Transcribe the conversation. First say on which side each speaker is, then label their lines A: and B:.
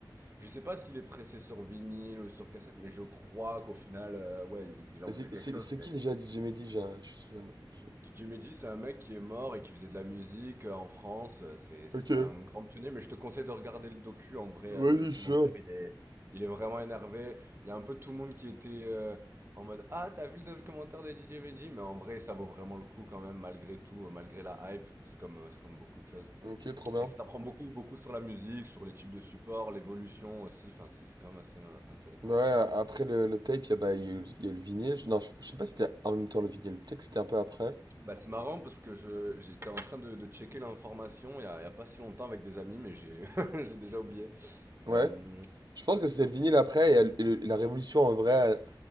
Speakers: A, on the right; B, on the right.
A: je sais pas s'il est pressé sur vinyle ou sur cassette, mais je crois qu'au final, euh, ouais, il, il en
B: Et C'est
A: faisait quelque
B: c'est-
A: chose.
B: c'est qui déjà DJ Mehdi? J'ai je- je-
A: Jimmy G, c'est un mec qui est mort et qui faisait de la musique euh, en France. Euh, C'est, c'est
B: Ok,
A: un grand pionnier, mais je te conseille de regarder le docu. En vrai,
B: vas-y,
A: euh, le documentaire,
B: je suis chaud.
A: il est, il est vraiment énervé. Il y a un peu tout le monde qui était euh, en mode Ah, t'as vu le documentaire de DJ Benji? Mais en vrai, ça vaut vraiment le coup quand même, malgré tout, euh, malgré la hype. C'est comme, euh, c'est comme beaucoup de choses.
B: Ok, trop bien.
A: Et ça t'apprend beaucoup, beaucoup sur la musique, sur les types de supports, l'évolution aussi. Enfin, c'est c'est quand même assez euh, intéressant.
B: Bah ouais, après le, le tape, il y a, bah, il y a eu, il y a eu le vinyle. Je- Non, je, je sais pas si c'était en même temps le vinyle. Peut-être que c'était un peu après.
A: Bah, c'est marrant parce que je, j'étais en train de, de checker l'information il y a, il y a pas si longtemps avec des amis, mais j'ai, <laughs> j'ai déjà oublié.
B: Ouais.
A: Euh,
B: Je pense que c'était le vinyle après et, et le- la révolution en vrai, euh,